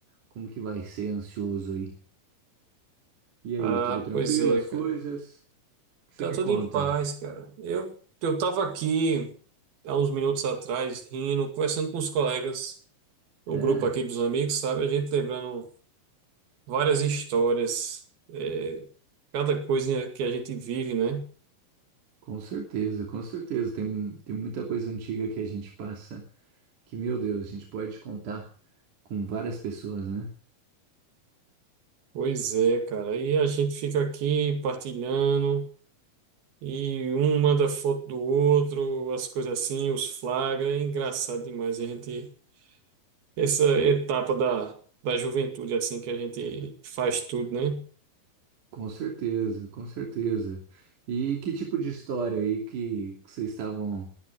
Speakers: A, on the right (about 60°); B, on the right (about 85°).
A: como que vai ser ansioso aí. E aí,
B: Ah,
A: tudo tranquilo,
B: pois é,
A: as
B: cara.
A: coisas? O que você
B: Tá
A: me
B: tudo
A: conta?
B: em paz, cara. Eu, eu tava aqui há uns minutos atrás, rindo, conversando com os colegas, o
A: É,
B: grupo aqui dos amigos, sabe? A gente lembrando várias histórias, é, cada coisa que a gente vive, né?
A: com certeza, com certeza. Tem, tem muita coisa antiga que a gente passa que, meu Deus, a gente pode contar com várias pessoas, né?
B: Pois é, cara. E a gente fica aqui partilhando. E um manda foto do outro, as coisas assim, os flagra. É engraçado demais. A gente, essa etapa da, da juventude, assim, que a gente faz tudo, né?
A: Com certeza, com certeza. E que tipo de história aí que, que vocês estavam